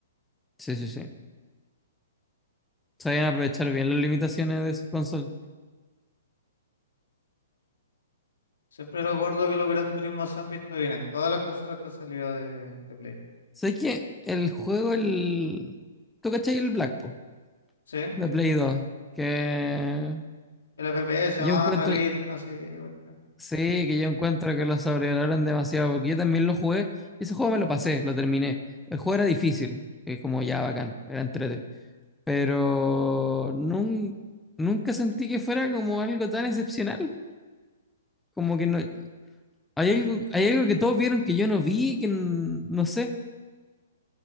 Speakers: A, in the centre; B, on the left.
A: sí, sí, sí. Sabían aprovechar bien las limitaciones de sus consolas.
B: Siempre recuerdo que los Gran Turismo se han visto bien en todas las consolas que han salido de, de Play.
A: Sé que el juego, el... ¿Tú cachai el Black Blacktop
B: Sí,
A: de Play 2? Que
B: el FPS
A: yo
B: más
A: encuentro,
B: realista, no sé qué. cuestión.
A: Sí, que yo encuentro que lo sobrevaloran demasiado, porque yo también lo jugué, y ese juego me lo pasé, lo terminé. El juego era difícil, es como ya bacán, era entrete, pero nun- nunca sentí que fuera como algo tan excepcional, como que no, hay algo, hay algo que todos vieron que yo no vi, que n- no sé.